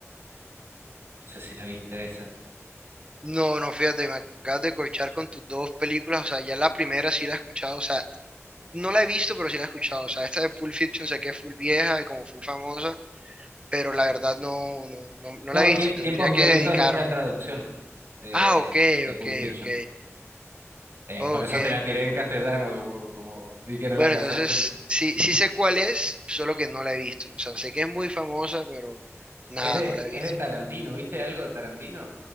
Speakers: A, on the right (about 55°); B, on the right (about 20°).
A: no sé si la viste esa.
B: No, no, fíjate, me acabas de corchar con tus dos películas, o sea, ya la primera sí la he escuchado, o sea, no la he visto, pero sí la he escuchado, o sea, esta de Pulp Fiction sé que es full vieja y como full famosa, pero la verdad no, no, no, no
A: No,
B: la he visto,
A: Tie-
B: tendría
A: Tiempos Violentos
B: que dedicarme.
A: es la traducción de,
B: Ah, ok,
A: de Pulp
B: ok,
A: Fiction.
B: ok,
A: Eh,
B: ok.
A: por eso te la tiré en castellano, como, como vi que no
B: Bueno,
A: la casaste.
B: entonces sí, sí sé cuál es, solo que no la he visto, o sea, sé que es muy famosa, pero nada,
A: Es de,
B: no la he
A: es
B: visto.
A: de Tarantino, ¿viste algo de Tarantino?